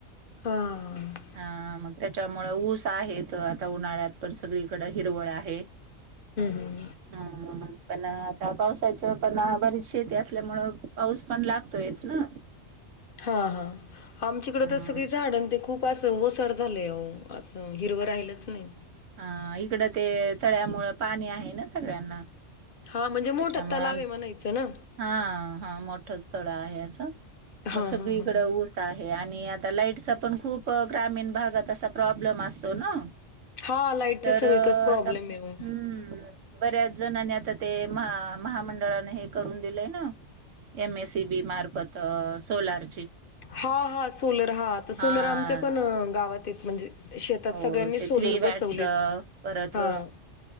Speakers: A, on the left (about 55°); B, on the right (about 90°).
A: हा हम्म
B: हा मग त्या त्याच्यामुळ ऊस आहेत आता उन्हाळ्यात पण सगळीकड हिरवळ आहे.
A: हम्म.
B: हम्म पण या पावसाच पण बरीच शेती असल्यामुळ पाऊस पण लागतोय ना.
A: हा हा आमचीकड
B: हा.
A: त सगळी झाड ते खूप अस ओसा झालंय. अहो, असं हिरवं राहिलच नाही.
B: हा, इकडं ते तळ्यामुळ पाणी आहे न, सगळ्यांना
A: हा, म्हणजे
B: त्याच्यामुळं
A: मोठा तलाव
B: आम
A: ये म्हणायचं. ना?
B: हा हा, मोठंचं तळ आहे, असं.
A: हां,
B: मग सगळीकड
A: हां, हां.
B: ऊस आहे, आणि आता लाईटचा - पण खूप ग्रामीण भागात असा प्रॉब्लेम असतो ना?
A: हां, लाईटचा
B: तर
A: सगळीकडच प्रॉब्लेम
B: आता
A: आहे ओ.
B: हम्म, बऱ्याचं - जणानी आता ते महा महामंडळाने हे करून दिलंय, ना एम ए सी बी मार्फत सोलार.
A: हा हा सोलर. हा, आता
B: हा
A: सोलर आमच्या पण गावात येत म्हणजे- शेतात
B: हो,
A: सगळ्यांनी
B: ते
A: सोलर
B: थ्री व्हॅटचं,
A: बसवलेत.
B: परत
A: हां,